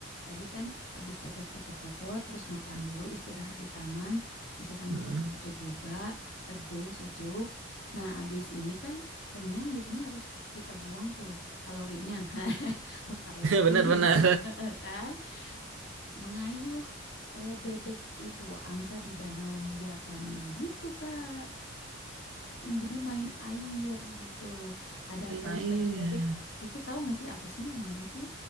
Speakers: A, on the left (about 65°); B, on the right (about 80°).
A: Tadi kan abis capek foto-foto, terus makan dulu, istirahat di taman, bisa sambil
B: Hmm.
A: foto-foto juga, teduh, sejuk. Nah, abis ini kan kenyang biasanya harus kita buang tuh kalorinya, <laughs> bakar
B: <laughs>
A: lagi,
B: Bener-bener.
A: <laughs> kan? Mengayuh eh, bebek itu, angsa di danau buatannya gitu, Kak. Jadi main air gitu. Ada
B: Yang
A: kayuh-kayuh
B: air
A: bebek
B: ya.
A: itu tahu nggak sih apa sih namanya sih?